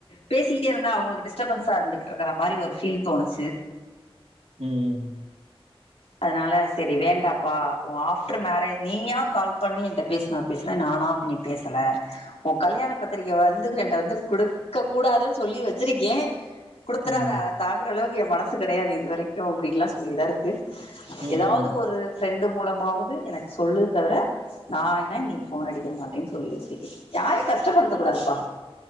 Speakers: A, on the left; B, on the right.
A: பேசிக்கிட்டே இருந்தா அவுங்களுக்கு டிஸ்டபன்ஸா இருந்துகிட்டு இருக்கற மாதிரி ஒரு ஃபீல் தோணுச்சு
B: ம் ம்
A: அதனால சேரி வேண்டாப்பா உ ஆஃப்டர் மேரேஜ் நீயா கால் பண்ணி என்ட்ட பேசினா பேசுறே நா நானா பன்னி பேசல உ கல்யாண பத்திரிக்க வந்துது என்ட வந்து குடுக்க கூடாதுனு சொல்லி வச்சிரு ஏ குடுத்துராதா
B: ம்,
A: அத தாங்குற அளவுக்கு எ மனசு கெடையாது இது வரைக்கு அப்டின்லா சொல்லிதா இருக்கு
B: ம்,
A: ஏதாவது ஒரு ஃப்ரெண்டு மூலமாவது எனக்கு சொல்லு தவர நான்ன நீ போன் அடிக்க மாட்டேன்னு சொல்லி வச்சிருக்கே யாரு க கஷ்டப்படுத்தக் கூடாதுப்பா